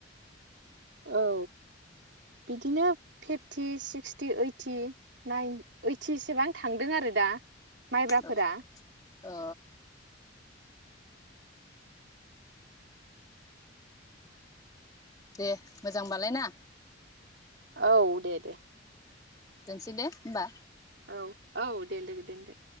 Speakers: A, on the right; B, on the left.
A: औ इदिनो फिफटि सिक्सटि ओइटि नाइन ओइटिसेबां थांदों आरो दा माइब्राफोरा
B: ओ ओ दे मोजांबालाय ना
A: औ दे दे
B: दोनसै दे होमबा
A: औ औ दे लोगो दोनदो